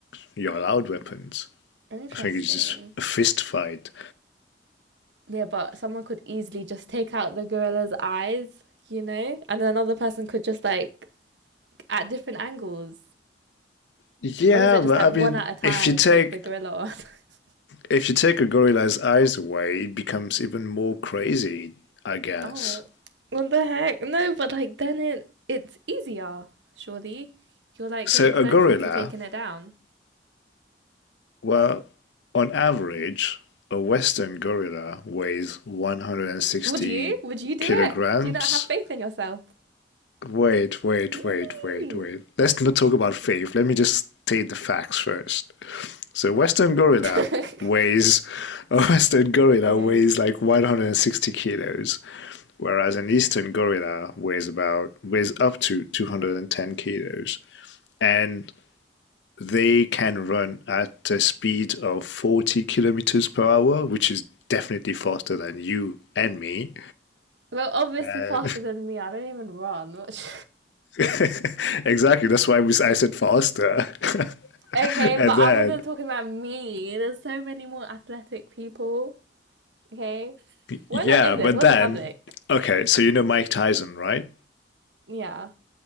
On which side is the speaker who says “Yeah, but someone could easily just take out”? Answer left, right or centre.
Right